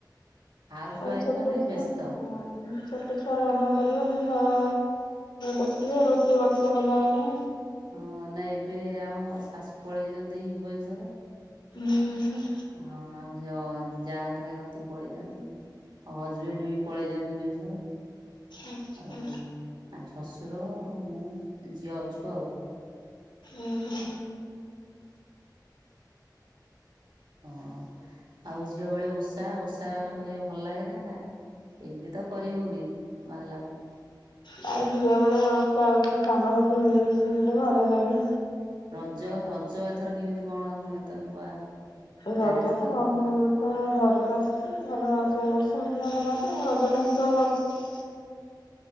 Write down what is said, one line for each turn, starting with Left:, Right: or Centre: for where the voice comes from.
Right: ହାଉସ
Left: ଆଉ
Right: ୱାଇଫି
Left: ଛୋଟ
Right: ମାନେ
Left: ଛୁଆ
Right: ବ୍ୟସ୍ତ।
Left: ହଁ ଛୋଟ ଛୁଆ ଧନ୍ଦା କରିବ ପୁଣି ଘର ପୋଚିବ ରୋଷେଇ ବାସ କଲାବେଳେକୁ
Right: ହଁ ନା ଏବେ ଆମ ଶାଶୁ ପଳେଇଛନ୍ତି ଭୁବନେଶ୍ଵର।
Left: ହୁଁ ହୁଁ।
Right: ହଁ ଆଉ ସେ ଅଯା ଘଟିକି ପଳେଇଛନ୍ତି ଆଉ ହଜବେଣ୍ଡ ବି ପଳେଇଛନ୍ତି ଭୁବନେଶୋର।
Left: ଆଚ୍ଛା
Right: ଆଉ ଆମ ଶଶୁର ମୁଁ ଝିଅ ଅଛୁ ଆଉ।
Left: ଓ ହୋ।
Right: ହଁ ଆଉ ଝିଅ ବେଳେ ଓଷା ଓଷା ହେଲା କରିବାକୁ ଭଲ ଲାଗେ ନା ନା। ଏବେ ତ କରି ହଉନି ବାହାହେଲା।
Left: ନାଇ ଝିଅ ବେଳେ ଉସା ଓସି ସାଙ୍ଗସାଥି ମିଳିମିଶିି ଗୋଟେ ଭଲ ଲାଗେ।
Right: ରଜ, ରଜ ଏଥର କେମିତି କଣ ଏତ ନୂଆ। ମ୍ୟାରେଜ
Left: ରଜ ତ ହଁ
Right: ରଜ
Left: ମୁଁ ତ ଘରକୁ ଆସିଛି ଭଲ। ରଜ ଏ ବର୍ଷ ହଉଥିଲା ଆମ ଗାଁ ରେ ରଜ ମହୋତ୍ସବ କରୁଥିଲେ।